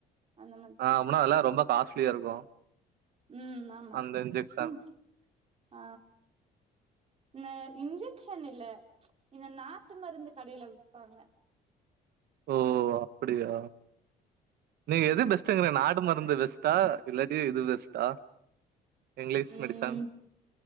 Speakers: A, on the right; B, on the right.
A: அந்த மாதிரி
B: ஆ அப்பனா அதெல்லா ரொம்ப காஸ்ட்லியா இருக்கு
A: ம் ஆமா
B: அந்த இன்ஜெக்ஷன்
A: ம் ஆ இந்த இன்ஜெக்ஷன் இல்ல இந்த நாட்டு மருந்து கடையில வைப்பாங்க
B: ஓ அப்படியா நீ எது
A: ம்
B: பெஸ்டுங்கற நாட் நாட்டு மருந்து பெஸ்ட்டா இல்லட்டி இது பெஸ்ட்டா இங்கிலீஷ்
A: ம்
B: மெடிசன்